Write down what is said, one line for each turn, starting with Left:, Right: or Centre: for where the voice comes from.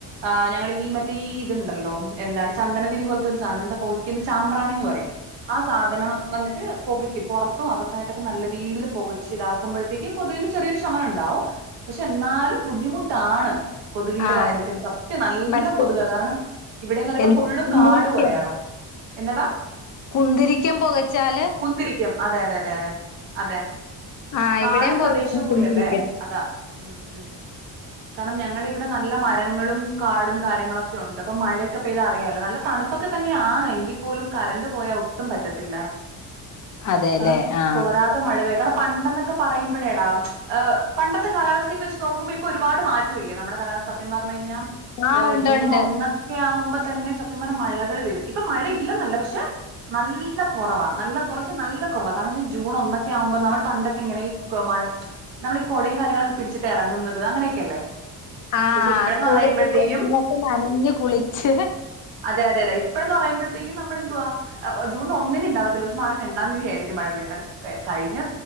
Right: ആഹ് ഞങ്ങള് ഈ മറ്റേ ഈ ഇതുണ്ടല്ലോ എന്താണ് ചന്ദനതിരി പോൽത്തെ ഒരു സാധനംന്താ പൊ ക്കുന്ന ചാമ്പ്രാണിന്ന് പറയും ആ സാധനം വന്നിട്ട് പുകയ്ക്കും പുറത്തും അകത്തായിട്ടൊക്കെ നല്ല രീതിയില് പുകച്ച് ഇതാക്കുമ്പോഴത്തേക്കും കൊതുകിന് ചെറിയൊരു ശമനണ്ടാവും പക്ഷേ എന്നാലും ബുദ്ധിമുട്ടാണ് കൊതുകിന്റെ
Left: ആ
Right: കാര്യത്തിൽ സത്യം നല്ല
Left: മറ്റേ
Right: കൊതുക കാരണം ഇവിടെന്ന് പറയുമ്പോ
Left: എന്താ
Right: ഫുള്ളും
Left: കുന്തിരിക്കം
Right: കാട് പോലെ ആടാ എന്താടാ
Left: കുന്തിരിക്കം പൊകച്ചാല്
Right: കുന്തിരിക്കം അതെ അതെ അതെ അതെ അതെ
Left: ആഹ്
Right: കാട്
Left: ഇവിടെയും പോകക്കും
Right: പ്രദേശം
Left: കുന്തിരിക്കം
Right: കൂടിയല്ലേ അതാ ഉം ഉം കാരണം ഞങ്ങളുടെ ഇവിടെ നല്ല മരങ്ങളും കാടും കാര്യങ്ങളൊക്കെ ഉണ്ട് അപ്പൊ മഴയൊക്കെ പെയ്താ അറിയാലോ നല്ല തണുപ്പ് പ്പൊക്കെ തന്നെയാണ് എങ്കിൽ പോലും കറണ്ട് പോയാൽ ഒട്ടും പറ്റത്തില്ല
Left: അതെല്ലേ
Right: കാരണം
Left: ആ
Right: തോരാത് തെ മഴവേ കാരണം പണ്ടെന്നൊക്കെ പറയുമ്പഴേടാ പണ്ടത്തെ കാലാവസ്ഥയ്ക്ക് വെച്ച് നോക്കുമ്പോ ഇപ്പൊ ഒരുപാട് മാറ്റം റ്റൂല്ല നമ്മുടെ കാലാവസ്ഥ സത്യം പറഞ്ഞ കഴിഞ്ഞാൽ
Left: ആ ഉണ്ട്
Right: ജൂൺ
Left: ഉണ്ട്.
Right: ഒന്ന് ഒക്കെ ആവുമ്പോ തന്നെ സത്യം പറഞ്ഞാ മഴകൾ വരും ഇപ്പൊ മഴ ഇല്ലെന്നല്ല പക്ഷെ നല്ല കുറവാ നല്ല കുറച്ച് നല്ല കുറവാ കാരണംന്നൊചാ ജൂൺ ഒന്നൊക്കെ ആവുമ്പോൾ നമ്മൾ പണ്ടൊക്കെ ഇങ്ങനെ ഈ മ നമ്മൾ ഈ കുടയും കാര്യങ്ങളൊക്കെ പിടിച്ചിട്ട് ഇറങ്ങുന്നത് അങ്ങനെയൊക്കെയല്ലേ
Left: ആഹ്
Right: പക്ഷെ ഇപ്പഴന്ന്
Left: സ്കൂളിൽ
Right: പറയുമ്പോഴത്തേക്കും
Left: പൊയ്‌ക്കൊണ്ടിരുന്നപ്പ നനഞ്ഞഞ് കുളിച്ച്
Right: അതെ അതെതെ ഇപ്പഴന്ന് പറയുമ്പഴത്തേക്കും നമ്മൾന്തുവാ ജൺ ഒന്നിന് ഉണ്ടാവത്തില്ല പ മാറി രണ്ടാം തീയതി ആയിരിക്കും മഴ പെയ്ന്ന കാരണം കഴിഞ്ഞ